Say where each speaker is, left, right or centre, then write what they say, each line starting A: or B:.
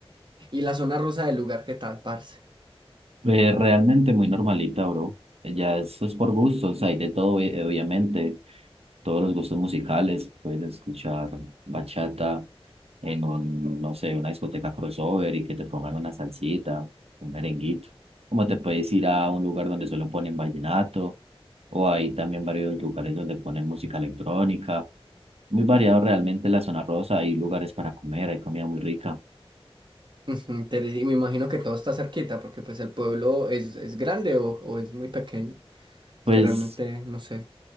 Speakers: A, on the right; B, on the right.
A: y la zona rosa del lugar, ¿qué tal, parce?
B: Eh, realmente muy normalita, bro. Ya eso es por gustos, hay de todo, eh, obviamente, todos los gustos musicales, puedes escuchar bachata en un, no sé, una discoteca crossover y que te pongan una salsita, un merenguito. Como te puedes ir a un lugar donde solo ponen vallenato, o hay también varios lugares donde ponen música electrónica. Muy variado realmente la zona rosa, hay lugares para comer, hay comida muy rica.
A: <laughs> Ujú, interes- Y me imagino que todo está cerquita, porque pues el pueblo es, es grande o, o es muy pequeño. Es
B: Pues
A: que realmente no sé.